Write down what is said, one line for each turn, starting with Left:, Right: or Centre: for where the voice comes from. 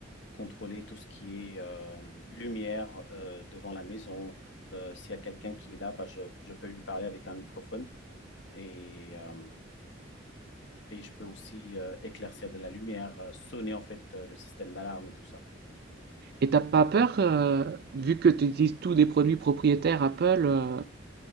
Left: contrôler tout ce qui est euh, lumière euh, devant la maison. Euh, s'il y a quelqu'un qui est là, bah, je, je peux lui parler avec un microphone et, euh, et je peux aussi euh, éclaircir de la lumière, euh, sonner en fait euh, le système d'alarme et tout ça.
Right: Et t'as pas peur, euh, vu que tu utilises tous des produits propriétaires Apple, euh,